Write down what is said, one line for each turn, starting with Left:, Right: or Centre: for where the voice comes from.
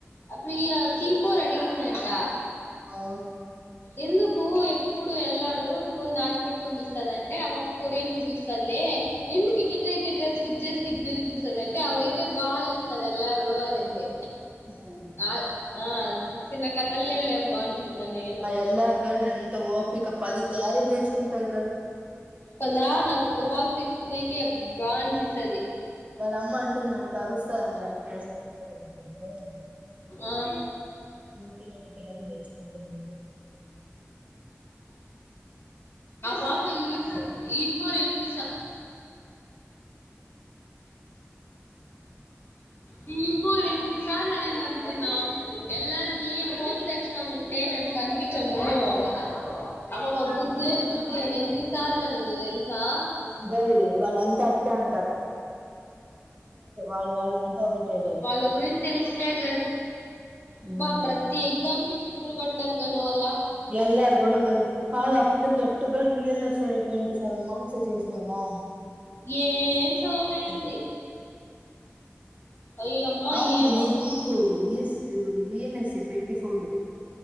Left: ఆ ప్రియా సి ఫోర్ అడిగిందంట
Right: ఆ
Left: ఎందుకు ఎప్పుడు ఎళ్లారు ఫోన్ దాచిపెట్టుకొని చూస్తదంటే ఆ పాప కొరియన్ వి చూస్తాది లే ఎందుకు ఇట్ ఇట్ ఆ ఇట్ ఇట్ ఆ స్కిప్ చేసి స్కిప్ చేసి చూస్తదంటే అవి అయితే బాగా చూస్తాది ఎల్లారు అనింది
Right: ఉమ్
Left: ఆ ఆ చిన్న కథలు లేవు లే బ నువ్ కున్న నేను
Right: ఎళ్లారు కు ఎంత ఓపిక పది క్యారీలు తెచుకుంటాది కదు
Left: కదా నాకు ఒక బాక్స్ తెచ్చుకునేకే బా తింటది
Right: వాళ్ళ అమ్మ అంటుందం తరుస్తదంటా నీకు ఆయన్ని చెప్తే లేదు
Left: ఆ
Right: అందుకే అన్ని క్యారేజీలు తెచ్చుకుంటారు
Left: పాప ఈఫ్ ఈ ఫోర్ ఎన్నిసార్లు దీపు ఎన్ని సార్లు అనుకుందాం ఎల్ ఆర్ కి ఫోర్త్ సెక్షన్ ఉంటే మేము కనిపించము <unintelligible> లే బుజ్జి అని ఎన్నిసార్లు అనింది తెలుసా
Right: బోళ్ళు వాళ్లు అంత అట్టే అం వాళ్ళు వాళ్ళంతా ఒకటే గల్
Left: వాళ్ళ గురించి తెలుసులే క అబ్బ
Right: ఉమ్.
Left: ప్రతి ఎగ్జామ్ కి సిప్పులు కొడుతారు గల్ వాళ్ళు
Right: ఎల్ ర్ గూడ కాదు ఆ పిల్లకి ఎట్టు గాల్ <inaudible> రు ట్వంటీ సెవెన్ మార్క్స్ చేసినవా
Left: ఏం చదవలేనింది
Right: ఒకటి
Left: అయ్యమ్మ
Right: అవును
Left: ఏమో
Right: నీకు ఇ విఎల్ఎస్ఏ ట్వంటి ఫోర్